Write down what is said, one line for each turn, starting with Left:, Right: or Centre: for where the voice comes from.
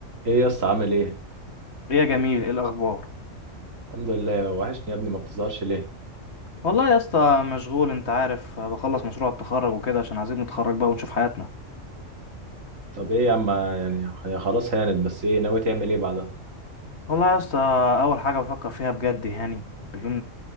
Right: ايه يا اسطى عامل ايه
Left: يا جميل ايه الاخبار
Right: الحمد لله وحشني يا ابني ما بتظهرش ليه
Left: والله يا اسطى مشغول انت عارف بخلص مشروع التخرج وكده عشان عايزين نتخرج بقى ونشوف حياتنا
Right: طب ايه يا عم يعني هي خلاص هانت بس ايه ناوي تعمل ايه بعدها
Left: والله يا اسطى اول حاجه بفكر فيها بجد يعني بدون